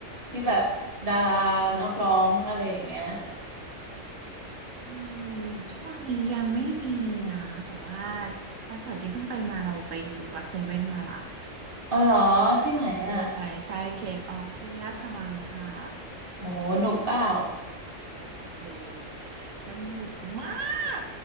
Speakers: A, on the right; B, on the right.
A: ที่แบบดารานักร้องอะไรอย่างเงี้ย
B: อืมช่วงนี้ยังไม่มีนะแต่ว่าคอนเสิร์ตที่เพิ่งไปมาเราไปดูก็เซเว่นมาละ
A: อ๋อเหรอที่ไหนอะ
B: รู้จักก็เซเว่นไหมใช่เคป๊อปที่ราชมังคลา
A: โอ้หนุกเปล่า
B: โอ้โหสนุกมาก